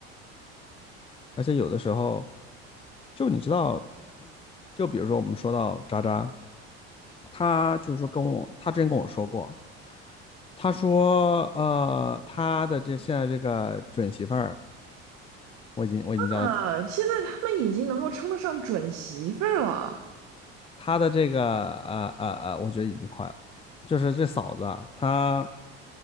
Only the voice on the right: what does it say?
啊，现在他们已经能够称得上准媳妇儿了。